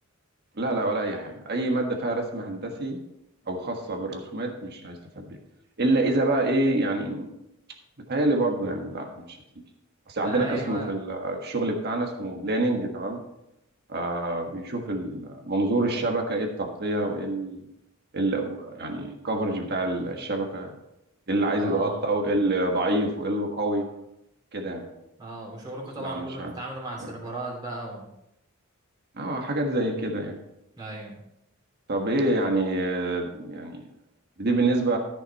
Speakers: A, on the right; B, on the right.
A: لا لا ولا اي حاجة اي مادة فيها رسم هندسي او خاصة بالرسومات مش هيستفاد بيها الا اذا بقى ايه يعني بتهيألي برضو يعني لا مش هتيجي اصل عندنا
B: ايوه
A: قسم في ال- الشغل بتاعنا اسمه بلاننج تمام آه بيشوف ال- منظور الشبكة ايه التغطية وايه ال... إيه ال... يعني الكفرج بتاع الشبكة ايه اللي عايز
B: اه
A: يتغطى وايه اللي ضعيف وايه اللي قوي كده يعني
B: اه وشغلكم
A: بس
B: طبعا
A: لا مش
B: كله
A: عارف
B: بتتعاملوا مع
A: مش
B: السيرفرات
A: عارف.
B: بقى و...
A: اه حاجات زي كده يعني
B: ايوه
A: طب ايه يعني آه، يعني دي بالنسبة